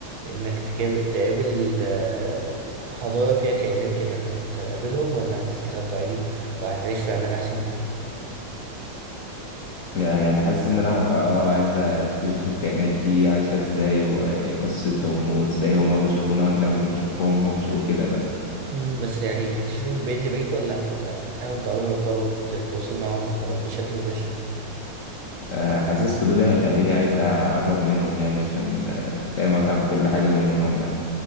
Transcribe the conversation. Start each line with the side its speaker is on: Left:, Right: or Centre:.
Right: انك تكاب- تقابل آه، حضارة فيها كائنات كده هتقابلهم ولا هتستخبى عادي وهتعيش في امان احسن
Left: لا، يعني حاسس إن أنا هبقى اه عايز أكتشف الكائنات دي عايشة إزاي وإيه قصتهم وإزاي هما بيشوفونا وإحنا ما بنشوفهمش وكده بقى
Right: مم، بس يعني تكتشفهم من بعيد لبعيد ولا هت- هتحاول تقرب بقى وتتواصل معاهم بشكل مباشر؟
Left: آه، حاسس فضولي هيخليني عايز أقرب منهم يعني عشان آه، فاهم أفهم كل حاجة منهم عامة